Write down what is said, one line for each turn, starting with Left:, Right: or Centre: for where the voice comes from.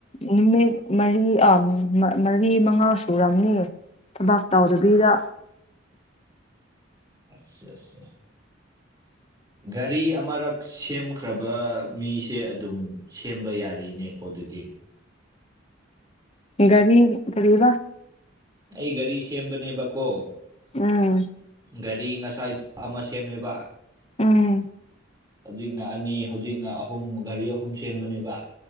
Left: ꯅꯨꯃꯤꯠ ꯃꯔꯤ ꯃꯔꯤ ꯃꯉꯥ ꯁꯨꯔꯝꯅꯦ ꯊꯕꯥꯛ ꯇꯥꯎꯗꯕꯤꯗ
Right: ꯑꯆꯥ ꯑꯆꯥ
Left: ꯎ <unintelligible>
Right: ꯒꯥꯔꯤ ꯑꯃꯔꯛ ꯁꯦꯝꯈ꯭ꯔꯕ ꯃꯤꯁꯦ ꯑꯗꯨꯝ ꯁꯦꯝꯕ ꯌꯥꯔꯤꯅꯦꯀꯣ ꯑꯗꯨꯗꯤ <unintelligible>
Left: ꯒꯔꯤ ꯀꯔꯤꯕ
Right: ꯑꯩ ꯒꯥꯔꯤ ꯁꯦꯝꯕꯅꯦꯕꯀꯣ
Left: ꯎꯝ
Right: ꯒꯥꯔꯤ ꯉꯁꯥꯏꯗ ꯑꯃ ꯁꯦꯝꯃꯦꯕ
Left: ꯎꯝ
Right: ꯍꯧꯖꯤꯛꯅ ꯑꯅꯤ ꯍꯧꯖꯤꯛꯅ ꯑꯍꯨꯝ ꯒꯥꯔꯤ ꯑꯍꯨꯝ ꯁꯦꯝꯕꯅꯦꯕ